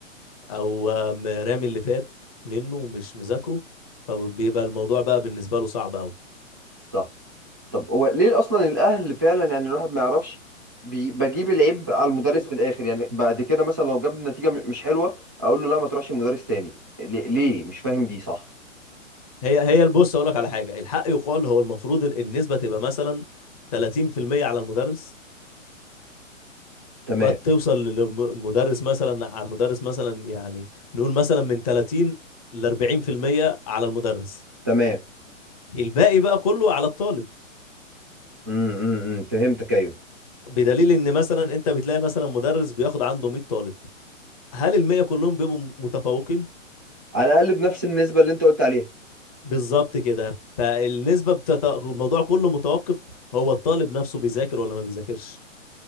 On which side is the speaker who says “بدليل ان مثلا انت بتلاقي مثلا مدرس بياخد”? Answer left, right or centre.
Left